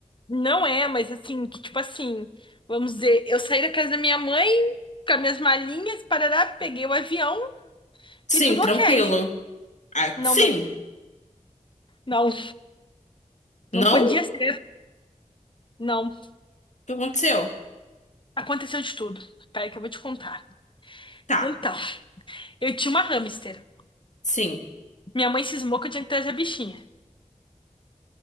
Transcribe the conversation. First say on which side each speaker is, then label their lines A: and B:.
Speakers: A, on the left (about 40°); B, on the left (about 65°).
A: Não é, mas assim, que tipo assim, vamos dizer, eu saí da casa da minha mãe com as minhas malinhas, parará, peguei o avião
B: Sim,
A: e tudo
B: tranquilo.
A: ok.
B: Ah,
A: Não,
B: sim.
A: não, não.
B: Não?
A: Não podia
B: O
A: ser, não.
B: que aconteceu?
A: Aconteceu de tudo. Peraí que eu vou te contar.
B: Tá,
A: Então, eu tinha uma hamster.
B: sim.
A: Minha mãe cismou que eu tinha que trazer a bichinha.